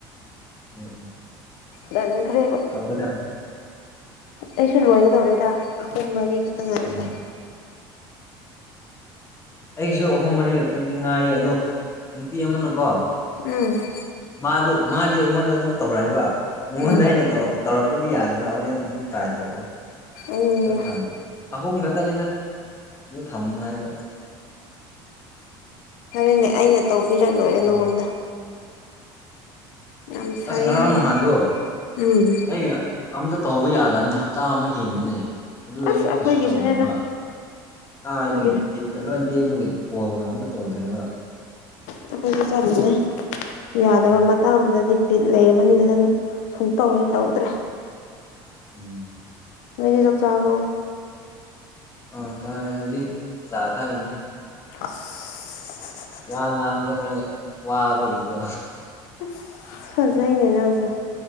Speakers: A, on the left; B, on the left.
A: <unintelligible>
B: ꯇꯟꯈꯔꯦꯕ
A: ꯇꯧꯒꯗꯕꯅꯦ
B: ꯑꯩꯁꯨ ꯂꯣꯏꯒꯗꯧꯔꯦꯗ ꯄꯨꯡ ꯃꯔꯤ ꯈꯛꯇ ꯉꯥꯏꯔꯦꯗ
A: ꯑꯣ ꯑꯩꯁꯨ ꯑꯍꯨꯝ ꯃꯔꯤ ꯈꯛꯇꯪꯗꯤ ꯉꯥꯏꯔꯤ ꯑꯗꯣ ꯅꯨꯄꯤ ꯑꯃꯅꯀꯣ
B: ꯎꯝ
A: ꯃꯥ ꯃꯥꯗꯤ ꯑꯩꯉꯣꯟꯗ ꯑꯗꯨꯝ ꯇꯧꯔꯛꯏꯕ ꯃꯉꯣꯟꯗ
B: ꯎꯝ
A: ꯑꯩꯅ ꯇꯧꯔ ꯇꯧꯔꯛꯄꯗꯤ ꯌꯥꯗꯕ ꯍꯣꯔꯦꯟ ꯑꯃꯨꯛ ꯇ꯭ꯔꯥꯏ ꯇꯧꯔꯛꯏ
B: ꯎꯝ
A: ꯈꯔ ꯊꯝ ꯑꯍꯨꯝ ꯈꯛꯇꯪꯅꯤꯅ ꯑꯗꯨ ꯊꯝꯃꯨ ꯍꯥꯏꯕ
B: ꯑꯗꯨꯨꯅꯦ ꯑꯩꯅ ꯇꯧꯕꯗ ꯂꯣꯏꯔꯦ ꯅꯉꯣꯟꯗ
A: ꯎꯝ
B: ꯌꯥꯝ ꯁꯥꯏꯌꯦꯅꯦꯍꯦ
A: ꯑꯁ ꯉꯔꯥꯡ ꯅꯍꯥꯟꯗꯣ
B: ꯎꯝ
A: ꯑꯩ ꯑꯝꯇ ꯇꯧꯕ ꯌꯥꯗꯕꯅꯦ ꯍꯞꯇꯥ ꯑꯃ ꯍꯦꯟꯕꯅꯦ ꯑꯗꯨꯒꯤ
B: ꯑꯁ
A: ꯑꯩ
B: ꯑꯩꯈꯣꯏꯒꯤꯁꯨꯅꯦꯗ
A: ꯀꯩꯁꯨ ꯇꯧꯗ꯭ꯔꯦꯕ ꯀꯥꯏꯗꯒꯤ
B: ꯑꯩꯈꯣꯏꯒꯤ
A: ꯕꯤꯠ ꯕꯤꯠꯀ ꯂꯣꯏꯅ ꯇꯦꯛꯄꯒꯤ ꯀꯣꯜꯒ ꯑꯝꯇ ꯇꯧꯗ꯭ꯔꯦꯕ
B: ꯑꯩꯈꯣꯏꯁꯨ ꯆꯠꯁꯤꯅꯦ ꯌꯥꯗꯕ
A: ꯎꯝ
B: ꯃꯇꯥꯡꯗꯨꯗꯗꯤ ꯕꯤꯠ ꯂꯩꯃꯟꯗꯗꯅ ꯁꯨꯝ ꯇꯧꯋꯦꯍꯦꯛ ꯇꯧꯗ꯭ꯔꯦ
A: ꯎꯝ
B: ꯅꯣꯢꯗꯤ ꯆꯛ ꯆꯔꯕꯣ
A: ꯑ ꯆꯥꯔꯦ ꯍꯧꯖꯤꯛ ꯆꯥ ꯊꯛꯏꯅꯦ
B: ꯑꯁ
A: ꯋꯥ ꯉꯥꯡꯕꯗ ꯋꯥꯕꯩꯀꯣ
B: ꯑꯁ ꯐꯖꯩꯅꯦ ꯅꯪꯁꯨ